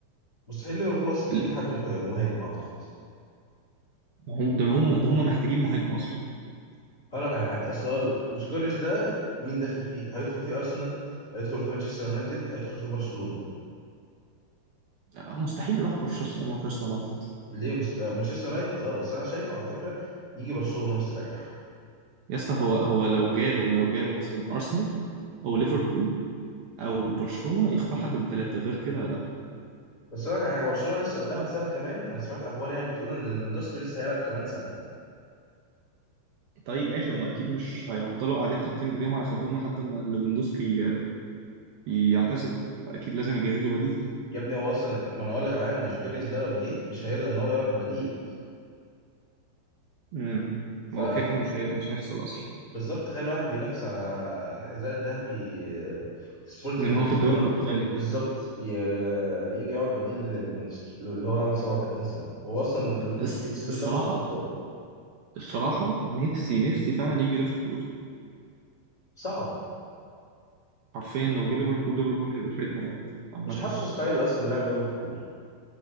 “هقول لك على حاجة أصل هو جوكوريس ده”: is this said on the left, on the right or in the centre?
Left